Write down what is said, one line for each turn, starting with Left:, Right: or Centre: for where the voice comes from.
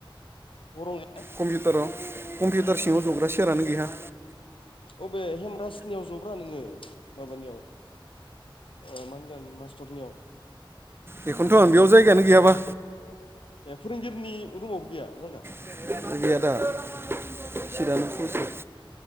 Left: गरम
Right: कम्पिउटाराव कम्पिउटार सिङाव ज'ग्रा सियारानो गैया
Left: अबे हेमरासनियाव ज'ब्रा नोङो माबानियाव ओ मा होनगोन मास्टरनियाव
Right: बेखौनथ'न बेयाव जायगायानो गैयाबा।
Left: ए फोरोंगिरिनि रुमावबो गैया जायगा?
Right: <inaudible> गैया दा चिदानो फुलसो।